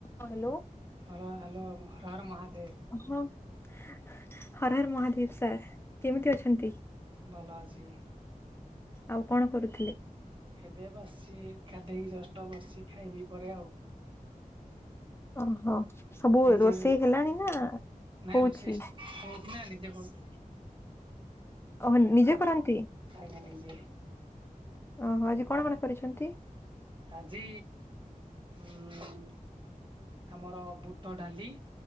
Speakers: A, on the left; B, on the right.
A: Hello.
B: Hello hello Har Har Mahadev.
A: ଓହୋ ହର ହର ମହାଦେବ୍ ସାର୍। କେମିତି ଅଛନ୍ତି?
B: ଭଲ ଅଛି।
A: ଆଉ କଣ କରୁଛ
B: ଏବେ ବସିଛି ଗାଧେଇକି ଜଷ୍ଟ ବସିଛି ଖାଇବି ପରେ ଆଉ।
A: ଓହୋ। ସବୁ
B: ନିଜେ
A: ରୋଷେଇ ହେଲାଣି ନା
B: ନାଇଁ
A: ହଉଛି।
B: ରୋଷେଇ ହଉଛି ନା ନିଜେ କରୁଛି।
A: ଓହ ନିଜେ କରନ୍ତି?
B: ଆଜ୍ଞା ନିଜେ।
A: ଓହୋ ଆଜି କଣ କଣ କରିଛନ୍ତି?
B: ଆଜି ଉଁ ଆମର ବୁଟ ଡାଲି